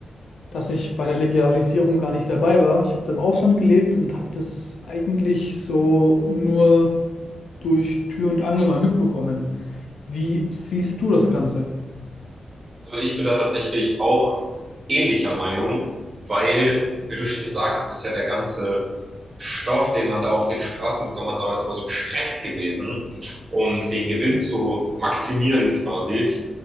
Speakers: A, on the left; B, on the right.
A: dass ich bei der Legalisierung gar nicht dabei war. Ich habe da im Ausland gelebt und habe das eigentlich so nur durch Tür und Angel mal mitbekommen. Wie siehst du das Ganze?
B: Also ich bin da tatsächlich auch ähnlicher Meinung, weil, wie du schon sagst, ist ja der ganze Stoff, den man da auf den Straßen bekommen hat, damals immer so gestreckt gewesen, um den Gewinn zu maximieren quasi.